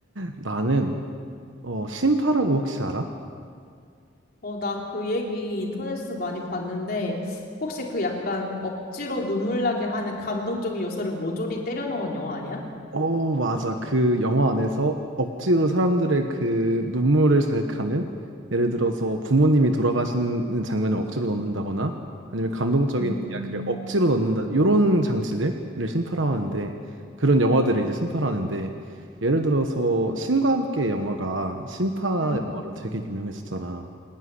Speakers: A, on the right (about 75°); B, on the left (about 50°).
A: 나는 어, 신파라고 혹시 알아?
B: 어, 나 그 얘기 인터넷에서 많이 봤는데 혹시 그 약간 억지로 눈물 나게 하는 감동적인 요소를 모조리 때려 넣은 영화 아니야?
A: 어, 맞아. 그 영화 안에서 억지로 사람들의 그 눈물을 잘하는 예를 들어서 부모님이 돌아가시는 장면을 억지로 넣는다거나 아니면 감동적인
B: 음,
A: 이야기를 억지로 넣는다. 이런 장치들을 심파라하는데 그런 영화들을 이제 심파라는데 예를 들어서 신과 함께 영화가 심파
B: 음.
A: 영화로 되게 유명했었잖아.